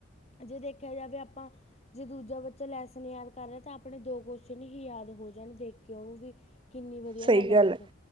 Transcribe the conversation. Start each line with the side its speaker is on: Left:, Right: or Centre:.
Left: ਜੇ ਦੇਖਿਆ ਜਾਵੇ ਆਪਾਂ- ਜੇ ਦੂਜਾ ਬੱਚਾ ਲੈਸਨ ਯਾਦ ਕਰ ਰਿਹਾ, ਤਾਂ ਆਪਣੇ ਦੋ ਕੋਸ਼ਚਨ ਹੀ ਯਾਦ ਹੋ ਜਾਣ, ਦੇਖ ਕੇ ਉਹਨੂੰ ਵੀ। ਕਿੰਨੀ ਵਧੀਆ
Right: ਸਹੀ
Left: ਆ
Right: ਗੱਲ
Left: ਦੇਖੋ
Right: ਐ,